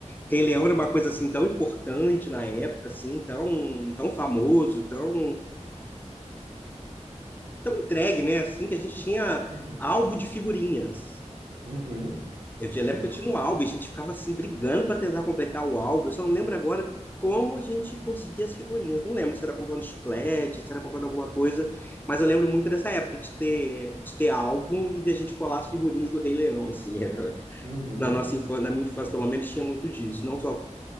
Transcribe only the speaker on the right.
Uhum.
Uhum.
Lembro.
Uhum.